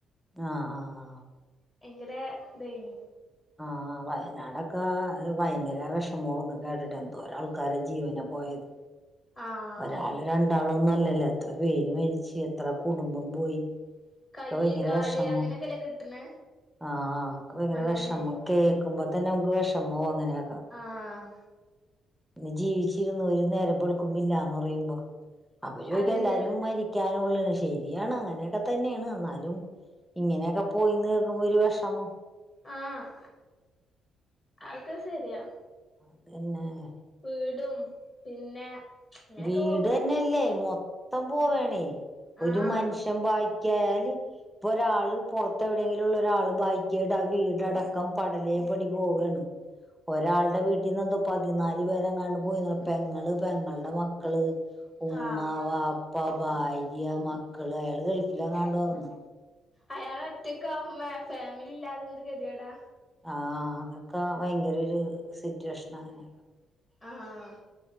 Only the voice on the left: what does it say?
ഭയങ്കര ഇതേനി
ആഹ്
കയ്യ്
കാല്
അങ്ങനെയൊക്കെല്ലേ കിട്ടണേ
മണ്ണ്ന്നേ
ആഹ്
അതന്നെ
ആഹ് അതൊക്കെ സെരിയാ
വീടും പിന്നെ ഇങ്ങനെയൊക്കെ
പോകുമ്പോ
ആഹ്
ആഹ്
അയാള് ഒറ്റക്കാവുമ്പേ ഫാമിലില്ലാതെന്ത് കെതിയെടാ
ആഹ്